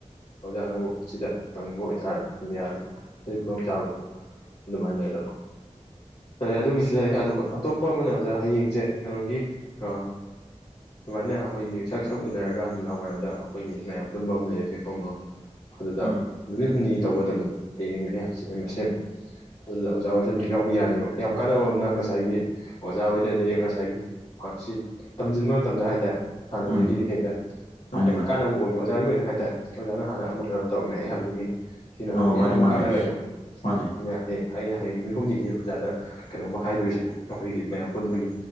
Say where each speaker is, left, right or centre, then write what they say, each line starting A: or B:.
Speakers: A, on the left; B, on the left.
A: ꯑꯣꯖꯥꯅꯕꯨ ꯁꯤꯗ ꯇꯧꯅꯤꯡꯕ ꯑꯣꯏꯇꯥꯔꯗꯤ ꯑꯗꯨꯝ ꯌꯥꯅꯤ ꯑꯗꯨꯒꯤ ꯈꯨꯗꯣꯡꯆꯥꯥꯕꯗꯣ꯫ ꯑꯗꯨꯃꯥꯏꯅ ꯍꯥꯏꯗꯣ꯫ ꯑꯗꯨꯒꯤꯁꯨ ꯂꯩ ꯑꯗꯨꯒ ꯑꯇꯣꯞꯄ ꯑꯃꯅ ꯑꯣꯖꯥ ꯍꯌꯦꯡꯁꯦ ꯀꯩꯅꯣꯒꯤ ꯑ꯫ ꯁꯨꯃꯥꯏꯅ ꯑꯩꯈꯣꯏꯒꯤ ꯁꯛ ꯁꯛ ꯎꯅꯔꯒ ꯅꯨꯃꯤꯗꯥꯡ ꯋꯥꯏꯔꯝꯗ ꯑꯩꯈꯣꯏꯒꯤ ꯃꯌꯥꯝ ꯄꯨꯟꯕ ꯑꯃ ꯂꯩꯌꯦ ꯃꯤꯐꯝ ꯑꯃ ꯑꯗꯨꯗ
B: ꯎꯝ
A: ꯅꯨꯃꯤꯠ ꯍꯨꯝꯅꯤ ꯇꯧꯒꯗꯕꯅꯤ ꯍꯌꯦꯡꯅꯦ ꯍꯪꯆꯤꯠ ꯃꯁꯦꯝ ꯑꯗꯨꯗ ꯑꯣꯖꯥ ꯍꯣꯏꯁꯦ ꯑꯗꯨꯝ ꯌꯥꯎꯕ ꯌꯥꯅꯦꯕ ꯌꯥꯝ ꯀꯥꯟꯅꯕ ꯑꯃꯅ ꯉꯁꯥꯏꯒꯤ ꯑꯣꯖꯥꯍꯣꯏꯗꯗꯤ ꯉꯁꯥꯏꯒꯤ ꯐꯁꯤꯠ ꯇꯝꯁꯤꯟꯕ ꯃꯇꯝꯗ ꯍꯥꯏꯇꯥꯔꯦ ꯍꯥꯟꯅꯗꯒꯤꯗꯤ
B: ꯎꯝ
A: ꯍꯦꯟꯅ
B: ꯃꯥꯅꯤ
A: ꯍꯦꯟꯅ
B: ꯃꯥꯅꯤ
A: ꯀꯥꯟꯅꯕ ꯑꯣꯏꯒꯅꯤ ꯑꯣꯖꯥꯒꯤ ꯑꯣꯏꯅ ꯍꯥꯏꯇꯥꯔꯦ꯫ ꯑꯣꯖꯥꯅ ꯍꯦꯟꯅ ꯑꯃ ꯀꯩꯅꯣ ꯇꯧꯔꯝꯃꯦ ꯍꯥꯏꯕꯗꯨꯒꯤ ꯁꯤꯅ
B: ꯑꯧ
A: ꯑꯃꯨꯛ
B: ꯃꯥꯅꯤ
A: ꯍꯦꯟꯅ ꯑꯃꯨꯛ
B: ꯃꯥꯅꯤ
A: ꯀꯥꯟꯅꯒꯅꯦꯕ
B: ꯃꯥꯅꯤ
A: ꯑꯩꯅ꯫ ꯍꯌꯦꯡ ꯑꯩꯅ ꯍꯌꯦꯡ ꯅꯨꯃꯤꯠ ꯍꯨꯝꯅꯤꯒꯤ ꯑꯣꯖꯥꯗ ꯀꯩꯅꯣꯝꯃ ꯍꯥꯏꯗꯣꯏꯁꯦ ꯑꯩꯈꯣꯏꯒꯤ ꯃꯌꯥꯝ ꯄꯨꯟꯕꯒꯤ